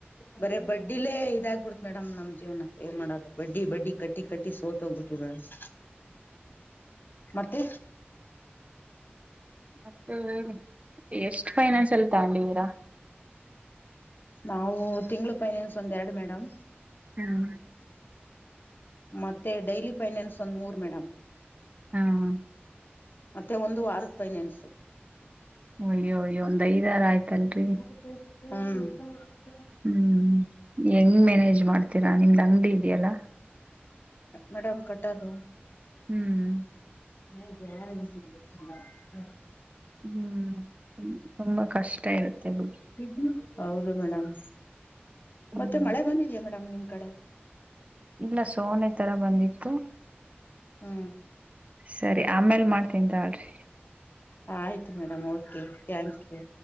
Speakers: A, on the left; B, on the right.
A: ಬರೇ ಬಡ್ಡಿಲೇ ಇದಾಗ್ಬಿಡತ ಮೇಡಮ ನಮ್ಮ ಜೀವನಾ ಏನ ಮಾಡೋದು ಬಡ್ಡಿ ಬಡ್ಡಿ ಕಟ್ಟಿ ಕಟ್ಟಿ ಸೋತ ಹೋಗ್ಬಿ ಟುಡೇನ್ಸ್. ಮತ್ತೆ
B: ಮತ್ತೆ ಹೇಳಿ ಎಷ್ಟ ಫೈನಾನ್ಸ್ ಲ್ಲ ತಗೊಂಡಿದ್ದೀರಾ.
A: ನಾವು ತಿಂಗಳ ಪೈನಾನ್ಸ್ ಒಂದ ಎರಡು ಮೇಡಮ.
B: ಹು.
A: ಮತ್ತೆ ಡೈಲಿ ಫೈನಾನ್ಸ್ ಒಂದ ಮೂರ ಮೇಡಮ.
B: ಹಾ ಹಾ
A: ಮತ್ತೆ ಒಂದು ವಾರದ ಪೈನಾನ್ಸು.
B: ಅಯ್ಯೋ ಅಯ್ಯೋ ಒಂದಐದಾರ ಆಯ್ತತ್ತಾಲ್ಡ್ರಿ.
A: ಹು
B: ಹು ಹೆಂಗ ಮ್ಯಾನೇಜ ಮಾಡ್ತೀರಾ ನಿಮ್ದ ಅಂಗಡಿ ಇದೆಯಲ್ಲ.
A: ಮೇಡಮ ಕಟ್ಟೋದು.
B: ಹು
A: ಮೇಲೆ ಬ್ಯಾರಲ್ ತುಂಬೆತಿನ ನೋಡ ಹೋಗು.
B: ಹು ತುಂಬಾ ಕಷ್ಟ ಇರುತ್ತೆ ಬಿಡು.
A: ಪಿಗ್ಮ ಹೌದು ಮೇಡಮ್
B: ಹ್ಮ್
A: ಮತ್ತೆ ಮಳೆ ಬಂದಿಯಾ ಮೇಡಮ್ ನಿಮ್ಮ ಕಡೆ.
B: ಇಲ್ಲಾ ಸೋನೆ ತರಾ ಬಂದಿತ್ತು.
A: ಹು
B: ಸರಿ ಆಮೇಲ ಮಾಡ್ತಂತಿನಿತಗೋಳ್ರಿ.
A: ಆಯ್ತು ಮೇಡಮ ಓಕೆ ಥ್ಯಾಂಕ ಯು.